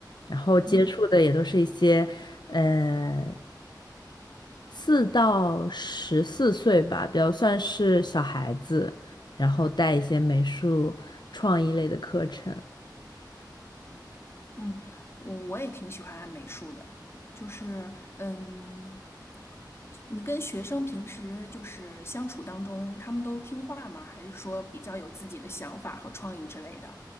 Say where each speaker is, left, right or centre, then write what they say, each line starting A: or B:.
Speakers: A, on the left (about 70°); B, on the left (about 35°).
A: 然后接触的也都是一些，
B: 嗯
A: 呃，四到十四岁吧，比较算是小孩子，然后带一些美术创意类的课程。
B: 嗯，我我也挺喜欢美术的，就是嗯，你跟学生平时就是相处当中，他们都听话吗？还是说比较有自己的想法和创意之类的？